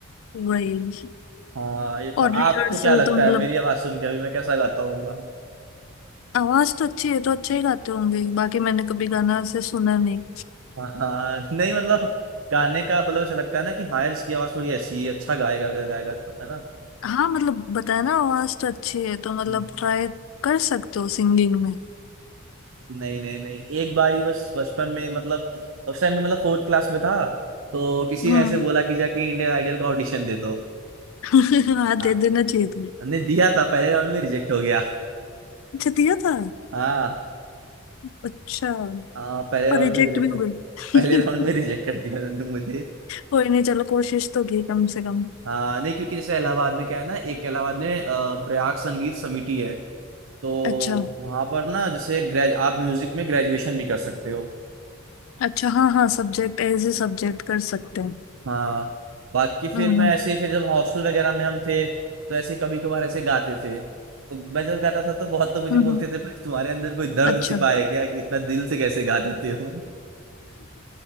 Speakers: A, on the left; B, on the right.
A: वही
B: हाँ ये
A: और
B: था आपको
A: रिहर्सल
B: क्या लगता
A: तो मतलब
B: है मेरी आवाज सुन के अभी मैं कैसा गाता हूँ
A: आवाज तो अच्छी है तो अच्छा ही गाते होंगे बाकी मैंने कभी गाना ऐसे सुना नहीं
B: हाँ नहीं मतलब गाने का मतलब ऐसा लगता है ना कि हाँ यार इसकी आवाज थोड़ी ऐसी है, अच्छा गाएगा अगर गाएगा तो है ना
A: <laughs> हाँ मतलब बताया ना आवाज तो अच्छी है तो मतलब
B: हम्म।
A: ट्राई कर सकते हो सिंगिंग में
B: नहीं नहीं नहीं एक बार ही बस बचपन में मतलब उस टाइम में मतलब फोर्थ क्लास में था तो किसी
A: हम्म
B: ने ऐसे बोला कि जाके इंडियन आइडल का ऑडिशन दे दो
A: <laughs> हाँ
B: हाँ
A: दे देना चाहिए तुम्हें
B: हमने दिया था पहले राउंड में रिजेक्ट हो गया
A: अच्छा दिया था
B: हाँ
A: अच्छा
B: हाँ पहले राउंड
A: और रिजेक्ट
B: में रिजेक्ट
A: भी हो
B: हो
A: गई
B: पहले राउंड में रिजेक्ट
A: <laughs>
B: कर दिया उन्होंने मुझे
A: कोई नहीं चलो कोशिश तो की कम से कम
B: हाँ नहीं क्योंकि जैसे इलाहाबाद में क्या है ना एक इलाहाबाद में अ, प्रयाग संगीत समिति है तो
A: अच्छा
B: वहां पर ना जैसे ग्रेज आप म्यूजिक में ग्रेजुएशन भी कर सकते हो
A: अच्छा हाँ हाँ सब्जेक्ट एज ए सब्जेक्ट कर सकते हैं
B: हाँ बाकी फिर
A: हम्म
B: मैं
A: हम्म
B: ऐसे ही फिर जब हॉस्टल वगैरह में हम थे तो ऐसे कभी कभार ऐसे गाते थे तो मैं जब गाता था तो बहुत लोग मुझे
A: हम्म,
B: बोलते
A: हम्म,
B: थे भाई तुम्हारे अंदर कोई दर्द
A: अच्छा
B: छिपा है क्या कि इतना दिल से कैसे गा देते हो